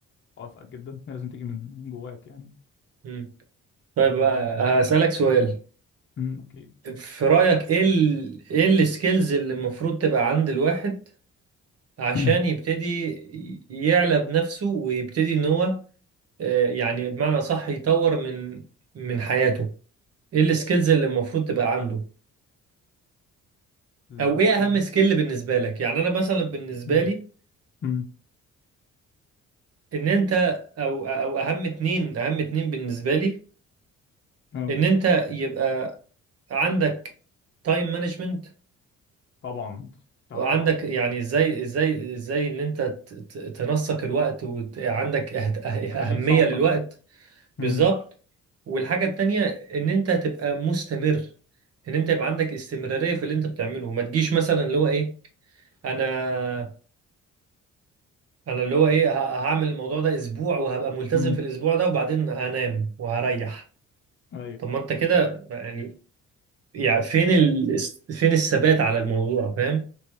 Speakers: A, on the left; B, on the right.
A: اوافقك جدا هي لازم تيجي من جواك يعني
B: مم. طيب
A: آه
B: آه، هسألك
A: بس
B: سؤال
A: امم اكيد
B: في رأيك ايه ال... ايه السكيلز اللي المفروض تبقى عند الواحد عشان
A: <clears throat>
B: يبتدي يعلى بنفسه ويبتدي ان هو آه، يعني بمعنى صح يطور من من حياته ايه السكيلز اللي المفروض تبقى عنده
A: السكيلز
B: او ايه اهم سكيل بالنسبة لك يعني انا مثلا بالنسبة
A: امم
B: لي
A: امم
B: ان انت او او اهم اتنين اهم اتنين بالنسبه لي
A: اه
B: ان انت يبقى عندك تايم مانجمنت
A: طبعا كنت
B: وعندك
A: هقولها اصلا
B: يعني ازاي ازاي ازاي ان انت ت- ت- تنسق الوقت وعندك اهمية
A: تخليه لصالحك
B: للوقت بالظبط
A: امم
B: والحاجة التانية ان انت تبقى مستمر ان انت يبقى عندك استمرارية في اللي انت بتعمله ما تجيش مثلا اللي هو ايه انا انا اللي هو ايه ه- هعمل الموضوع ده اسبوع وهبقى ملتزم
A: امم
B: في الاسبوع ده وبعدين هنام وهريح
A: ايوه
B: طب ما انت كده يعني يعني فين ال... فين الثبات على الموضوع فاهم